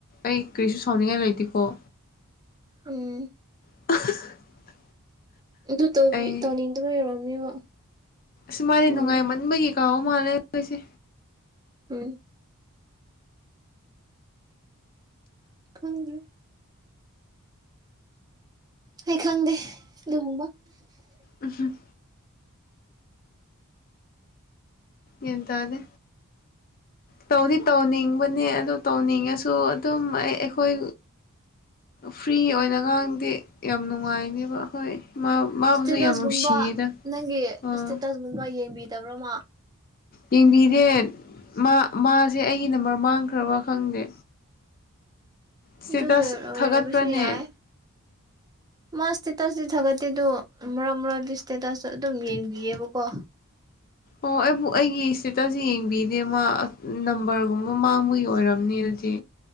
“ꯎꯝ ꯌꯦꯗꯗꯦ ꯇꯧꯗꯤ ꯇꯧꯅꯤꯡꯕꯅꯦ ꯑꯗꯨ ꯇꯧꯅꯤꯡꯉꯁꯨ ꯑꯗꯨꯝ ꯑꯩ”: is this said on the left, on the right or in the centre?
Left